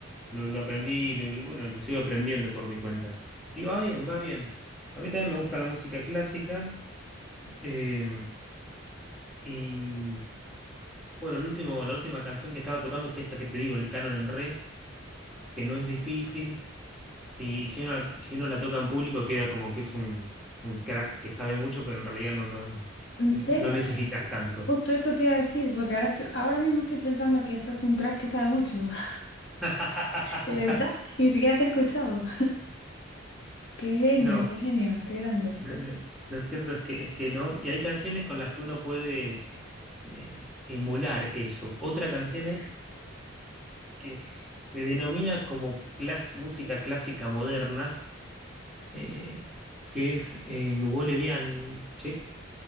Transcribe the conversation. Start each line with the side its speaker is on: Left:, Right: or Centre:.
Centre: lo, lo aprendí, lo- lo- bueno, lo sigo aprendiendo por mi cuenta. Y va bien, va bien. A mí también me gusta la música clásica. eh, y bueno, el último, la última canción que estaba tocando es esta que te digo, el canon en re, que no es difícil. Y si uno, si uno la toca en público queda como que es un, un crack que sabe mucho, pero en realidad no, no,
Left: ¿En
Centre: no
Left: serio?
Centre: necesitas tanto.
Left: Justo eso te iba a decir, porque ahora estoy, ahora mismo estoy pensando que sos un crack que sabe mucho, <laughs>
Centre: <laughs>
Left: de verdad, ni siquiera te he escuchado. Qué genio,
Centre: No,
Left: qué genio, qué grande.
Centre: lo, lo- lo cierto es que, es que no. Y hay canciones con las que uno puede eh, emular eso. Otra canción es que se denomina como clas- música clásica moderna, eh, que es eh, Nuvole Bianche,